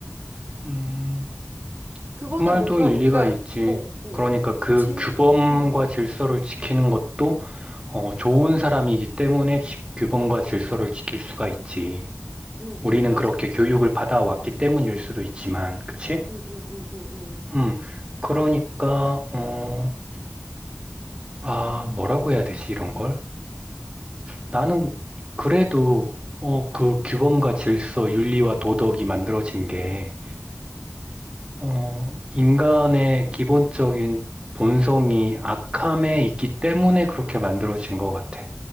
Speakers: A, on the right; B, on the right.
A: 음,
B: 그거는
A: 그 말도
B: 뭔가
A: 일리가
B: 우리가
A: 있지.
B: 어, 어.
A: 그러니까 그
B: 질
A: 규범과
B: 응응
A: 질서를 지키는 것도 어, 좋은 사람이기 때문에 지- 규범과 질서를 지킬 수가 있지.
B: 응응
A: 우리는
B: 맞아.
A: 그렇게 교육을 받아왔기 때문일 수도 있지만, 그치?
B: 응응응응응
A: 음, 그러니까, 어, 아, 뭐라고 해야 되지, 이런 걸? 나는 그래도, 어, 그 규범과 질서, 윤리와 도덕이 만들어진 게, 어, 인간의 기본적인 본성이 악함에 있기 때문에 그렇게 만들어진 것 같아.